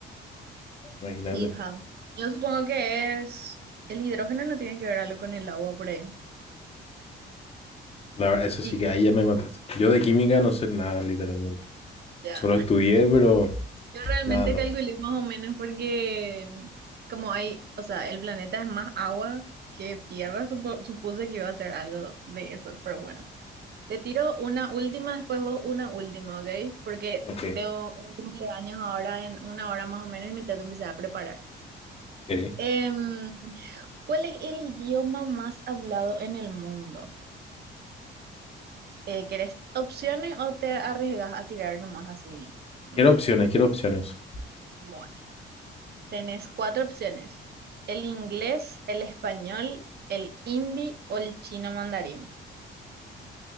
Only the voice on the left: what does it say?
Imagínate.
La verdad, eso
sí
que ahí ya me mataste. Yo de química no sé nada, literalmente.
Solo estudié, pero
nada más.
Ok,
ok.
Quiero opciones, quiero opciones.